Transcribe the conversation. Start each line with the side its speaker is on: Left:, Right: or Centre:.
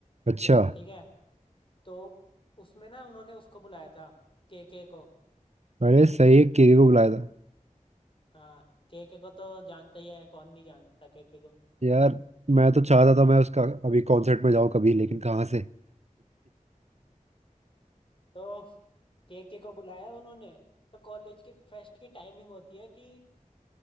Right: अच्छा
Left: ठीक है तो उसमें ना उन्होंने उसको बुलाया था केके को
Right: अरे सही है केके को बुलाया था
Left: हाँ केके को तो जानता ही है कौन नहीं जानता केके को
Right: यार मैं तो चाहता था मैं उसका अभी कॉन्सर्ट में जाऊँ कभी लेकिन कहाँ से <laughs>
Left: तो केके को बुलाया उन्होंने तो कॉलेज के फेस्ट की टाइमिंग होती है कि